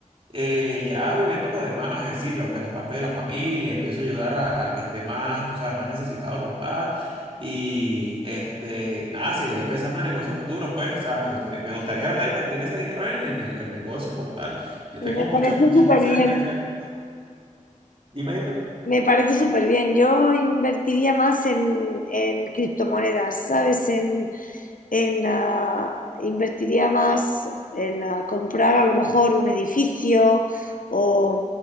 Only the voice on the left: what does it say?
Me
parece
súper
bien.
Me parece súper bien. Yo invertiría más en, en criptomonedas, ¿sabes? En, en, ah, invertiría más en ah, comprar a lo mejor un edificio o,